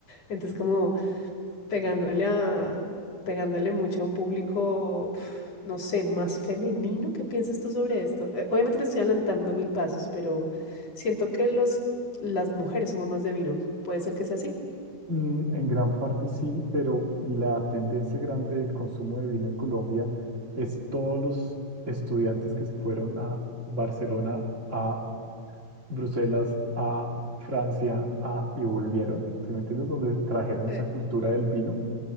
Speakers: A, on the left (about 40°); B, on the right (about 20°).
A: Entonces como pegándole a, pegándole mucho a un público, pf, no sé, más femenino. ¿Qué piensas tú sobre esto? Eh, obviamente me estoy adelantando mil pasos, pero siento que los, las mujeres somos más de vino. ¿Puede ser que sea así?
B: mm, en gran parte sí, pero la tendencia grande del consumo de vino en Colombia es todos los estudiantes que se fueron a Barcelona a Bruselas a Francia a, y volvieron, ¿sí me entiendes? Donde trajeron
A: Eh,
B: esa cultura del vino.